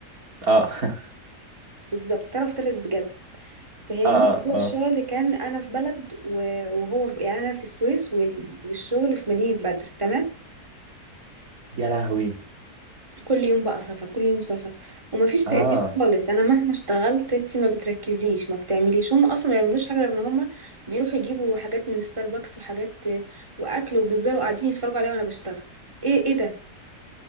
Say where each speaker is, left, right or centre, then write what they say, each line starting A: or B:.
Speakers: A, on the right (about 60°); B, on the right (about 20°).
A: اه <laughs>
B: بالظبط طرف تالت بجد فاهمني
A: اه اه
B: هو الشغل
A: اه
B: كان انا في بلد و- وهو في يعني انا في السويس وال- والشغل في مدينة بدر تمام
A: يا لهوي
B: كل يوم بقى سفر كل يوم سفر ومفيش تقدير
A: اه
B: خالص انا مهما اشتغلت انت ما بتركزيش ما بتعمليش هم اصلا ما بيعملوش حاجه غير ان هم بيروحوا يجيبوا حاجات من ستاربكس وحاجات آه، واكل وبيفضلوا قاعدين يتفرجوا عليا وانا بشتغل ايه ايه ده